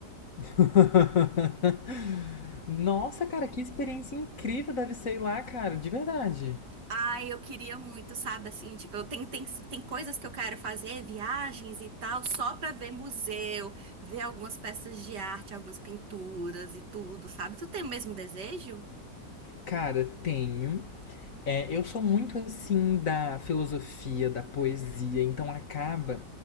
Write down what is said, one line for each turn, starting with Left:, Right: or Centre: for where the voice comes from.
Left: <laughs> Nossa, cara, que experiência incrível deve ser ir lá, cara, de verdade.
Right: Ai, eu queria muito, sabe, assim, tipo, eu tenho, tem, tem coisas que eu quero fazer, viagens e tal, só pra ver museu, ver algumas peças de arte, algumas pinturas e tudo, sabe? Tu tem o mesmo desejo?
Left: Cara, tenho. É, eu sou muito assim da filosofia, da poesia, então acaba